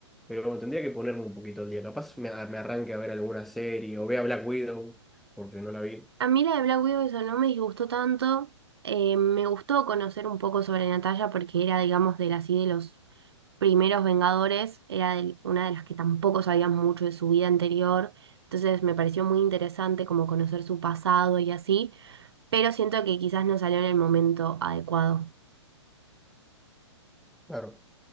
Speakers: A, in the centre; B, on the right.
A: pero como tendría que ponerme un poquito al día. Capaz me, me arranque a ver alguna serie o vea Black Widow, porque no la vi.
B: A mí la de Black Widow eso no me disgustó tanto, eh, me gustó conocer un poco sobre Natalia porque era, digamos, de las, y de los primeros Vengadores era del- una de las que tampoco sabíamos mucho de su vida anterior, entonces me pareció muy interesante como conocer su pasado y así, pero siento que quizás no salió en el momento adecuado.
A: Claro.